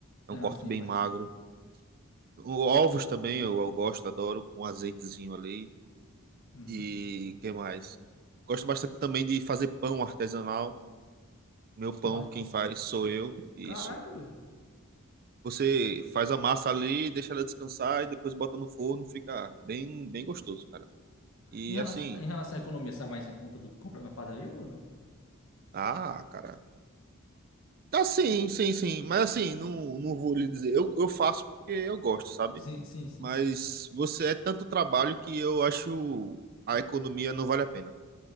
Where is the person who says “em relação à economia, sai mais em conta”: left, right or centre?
Left